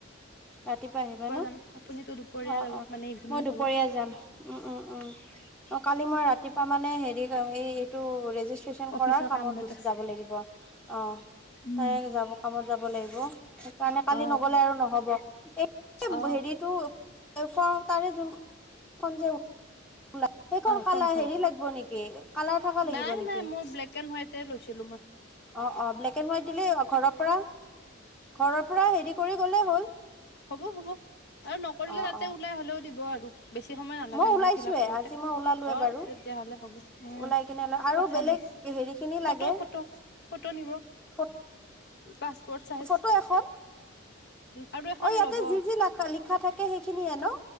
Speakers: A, in the centre; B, on the left.
A: ৰাতিপুৱা আহিবা ন!
B: যাম আপুনিতো দুপৰীয়া
A: অ,
B: যাব
A: অ,
B: মানে ইভিনিং
A: মই দুপৰীয়া
B: যাব
A: যাম। উম, উম, উম, কালি মই ৰাতিপুৱা মানে হেৰি যাম, হেৰি এইটো ৰেজি ষ্ট্ৰেচন
B: অফিচৰ
A: কৰাৰ কামত গুচি
B: আছে
A: যাব লাগিব। অ।
B: উম
A: তাৰে যাব, কামত যাব লাগিব, সেইকাৰণে কালি
B: অ
A: নগ'লে আৰু ন হ'ব, এই
B: অ
A: হেৰিটো <unintelligible> ওলাব, সেইখন
B: অ
A: কালাৰ,
B: ফৰ্মখন
A: হেৰি লাগিব নেকি? কালাৰ থকা লাগিব
B: নাই
A: নেকি?
B: নাই মোৰ ব্লেক এণ্ড হোৱাইটে লৈছিলো মই
A: অ, অ, ব্লেক এণ্ড হোৱাইট দিলে, অ, ঘৰৰ পৰা, ঘৰৰ পৰা হেৰি কৰি গ'লে হ'ল।
B: হ'ব, হ'ব, আৰু নকৰিলে
A: অ
B: তাতে
A: অ
B: ওলাই, হ'লেও দিব আৰু, বেছি সময় নালাগে
A: মই ওলাইছোয়ে
B: নহয় ফিল আপ কৰোতে।
A: আজি মই ওলালোৱে বাৰু
B: তেতিয়া হ'লে হ'ব। উম,
A: ওলাই কিনে আৰু
B: কথা
A: বেলেগ
B: নাই,
A: হেৰি খিনি
B: ফটো,
A: লাগে
B: ফটো, ফটো নিব।
A: ফ
B: পাছপোৰ্ট চাইজ।
A: ফটো এখন
B: আৰু এখন
A: অ, ইয়াতে
B: ল'ব
A: যি-যি ল লিখা থাকে, সেইখিনিয়ে ন।